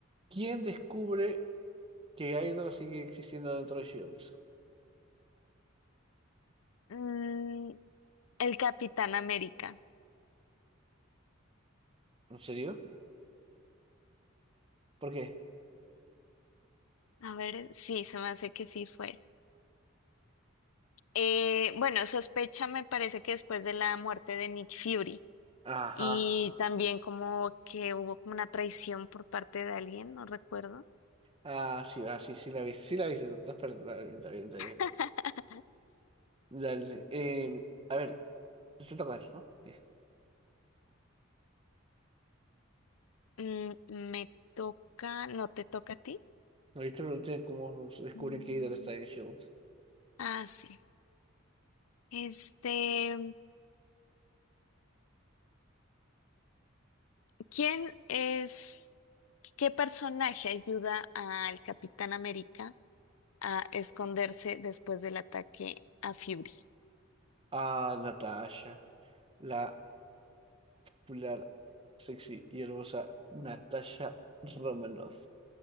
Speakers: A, on the right (about 25°); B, on the left (about 80°).
A: ¿Quién descubre que Hydra sigue existiendo dentro de Shield?
B: Mm, el Capitán América.
A: ¿En serio? ¿Por qué?
B: A ver, sí, se me hace que sí fue. Eh, bueno, sospecha me parece que después de la muerte de Nick Fury
A: Ajá.
B: y también como que hubo como una traición por parte de alguien, no recuerdo.
A: Ah, sí, ah, sí, sí la vi. Sí la vi, tú estás perdonada. está Bien, está bien, está bien.
B: <laughs>
A: Dale. Eh, a ver, te toca eso, ¿no? Sí.
B: Mm, me toca, no te toca a ti.
A: No, yo te pregunté cómo se descubre
B: Mm.
A: que Hydra está en S.H.I.E.L.D.
B: Ah, sí. Este, ¿quién es, qué personaje ayuda al Capitán América a esconderse después del ataque a Fury?
A: Ah, Natasha. La popular, sexy y hermosa Natasha Romanoff.